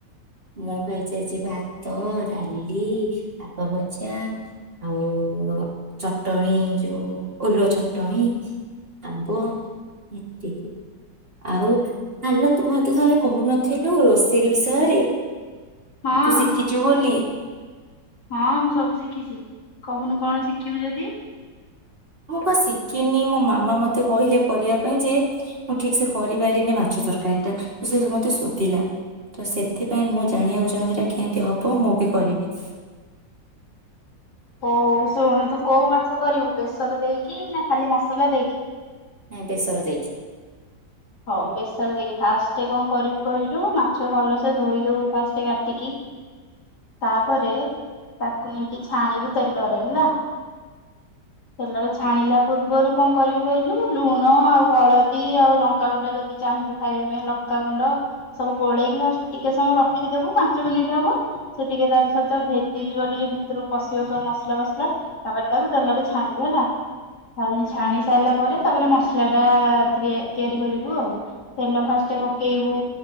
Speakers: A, on the right; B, on the left.
A: ମୁଁ ଖାଇଚି ଆଜି ଭାତ, ଡାଲି, ସାଗ ଭଜା ଆଉ ଚଟଣିୀ ଯୋଉ ଓଲୁଅ ଚଟଣିୀ ଆମ୍ବ ଏତିକି ଆଉ ଆଲୋ ତୁ ମତେ ଥରେ କହୁନଥୁଲୁ ରୋଷେଇ ବିଷୟରେ?
B: ହଁ
A: ତୁ ଶିଖିଚୁ ବୋଲି
B: ହଁ ମୁଁ ସବୁ ଶିଖିଛି କହୁନୁ କଣ ଶିଖିବୁ ଯଦି।
A: ମୁଁ ପା ଶିକିନି ମୋ ମାମା ମତେ କହିଲେ କରିବା ପାଇଁ ଯେ ମୁଁ ଠିକ୍ ସେ କରିପାଇଲିନି ମାଛ ତର୍କାରିଟା ତ ସେ ମତେ ଶୋଦିଲା ତ ସେଥିପାଇଁ ମୁଁ ଜାଣିବାକୁ ଚାହୁଁଛି ଏଟା କେଁତି ହବ ମୁଁ ବି କରିବି।
B: ହୋଉ ହୋଉ ଶୁଣୁ ତୁ କୋଉ ମାଛ କରିବୁ ବେସର ଦେଇକି ନା ଖାଲି ମସଲା ଦେଇକି?
A: ନାଇଁ ବେସର ଦେଇକି।
B: ହୋଉ ବେସର ଦେଇକି ଫାଷ୍ଟେ କଁ କରିବୁ କହି ଡୁ ମାଛ ଭଲସେ ଧୋଇଦବୁ ଫାଷ୍ଟେ କାଟିକି ତାପରେ ତାକୁ ନେଇକି ଛାଣିବୁ ତେଲରେ ହେଲା ତେଲରେ ଛାଣିଲା ପୂର୍ବରୁ କଁ କରିବୁ କହିଲୁ ଲୁଣ ଆଉ ହଳଦୀ ଆଉ ଲ ଲଙ୍କାଗୁଣ୍ଡ ଯଦି ଚାହିଁବୁ ଖାଇବା ପାଇଁ ଲଙ୍କାଗୁଣ୍ଡ ସବୁ ଗୋଳେଇକି ଜଷ୍ଟ୍ ଟିକେ ସମୟ ରଖିଦେବୁ ପାଞ୍ଚ ମିନିଟ୍ ହବ ସେ ଟିକେ ତା ସହିତ ଭେଦିଯିବ ଟିକେ ଭିତରୁକୁ ପଶିବ ସବୁ ମସଲା ଫସଲା ତାପରେ ତାକୁ ତେଲରେ ଛାଣିବୁ ହେଲା ଛାଣି ସାରିଲା ପରେ ତାପରେ ମସଲା ଟା ଟିକେ ତିଆରି କରିବୁ ତେଲ ଫାଷ୍ଟେ ପକେଇବୁ।